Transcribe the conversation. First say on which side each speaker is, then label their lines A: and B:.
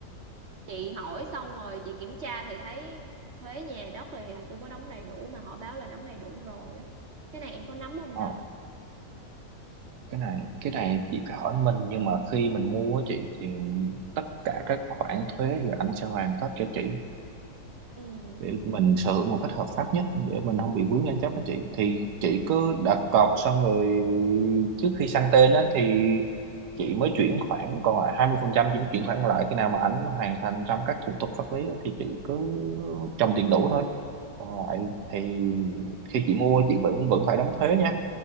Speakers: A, on the right (about 55°); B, on the right (about 85°).
A: chị hỏi xong rồi chị kiểm tra thì thấy thuế nhà đất thì chưa có đóng đầy đủ mà họ báo là đóng đầy đủ rồi á cái này em có nắm không
B: Ờ,
A: ta
B: cái này cái này chị phải hỏi mình nhưng mà khi mình mua á chị thì tất cả các khoản thuế thì ảnh sẽ hoàn tất cho chị
A: ừ
B: để mình sở hữu một cách hợp pháp nhất để mình không bị vướng tranh chấp anh chị thì chị cứ đặt cọc xong rồi trước khi sang tên á thì chị mới chuyển khoản còn lại 20% chị mới chuyển khoản lại khi nào mà ảnh hoàn thành xong các thủ tục pháp lý á, thì chị cứ trồng tiền đủ thôi còn lại
A: ừ
B: thì khi chị mua chị vẫn vẫn phải đóng thuế nha